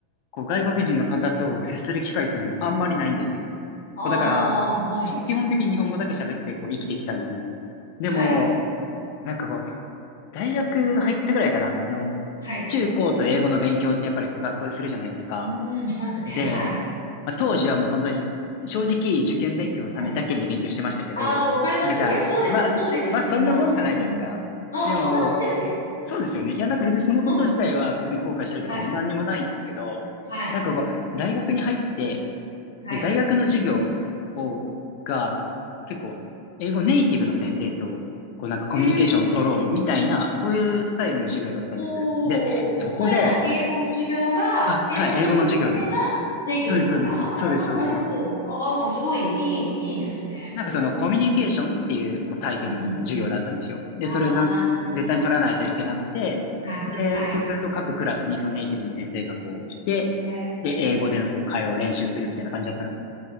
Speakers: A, on the left (about 45°); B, on the left (about 75°).
A: こう外国人の方と接する機会っていうのもあんまりないんですよ。
B: ああ、
A: こう、だから、
B: はい。
A: き基本的に日本語だけ喋ってこう、生きてきたんですね。でも、
B: はい。
A: なんかこう、大学入ったぐらいかな。あの、
B: はい。
A: 中高と英語の勉強ってやっぱりこう、学校でするじゃないですか。
B: うーん、しますね。
A: で、
B: はい。
A: まあ、当時はもう本当に正直受験勉強のためだけに勉強してましたけど、
B: はい。ああ、わかります。
A: なんか、
B: いや、そうですよ。
A: まあ、
B: そうですよ、
A: まあそんなもんじゃないですか。
B: みんな。うん。ああ、
A: でも、
B: そんなもんですよ。
A: そうですよね。いや、なんか別にそのこと自体は別に後悔してるとかも何にもないんですけど、
B: うん。はい。はい。
A: なんかこう、大学に入って、
B: はい。
A: え大学の授業を、が、結構、英語ネイティブの先生と、こうなんかコミュニケーションを取ろうみたいな、
B: へえ。
A: そういうスタイルの授業だったんです。
B: おー。
A: で、そこで、
B: それは英語の授業が、
A: あ、
B: 英語の授業の先生がネイティブの方。
A: はい、英語の授業です。そうです、そうです、
B: ああ、
A: そうです、そうです。
B: なるほど。ああ、もうすごいいい、いいですね。
A: なんかそのコミュニケーションっていうこうタイトルの授業だったんですよ。
B: こう。うん。
A: で、
B: ああ、
A: それをなん絶対に取らないといけなくて、
B: はい、
A: で、
B: はい。
A: そうすると各クラスにそのネイティブの先生がこう来て、
B: へえ、
A: で、英語でのこう会話を練習するみたいな感じだったんですね。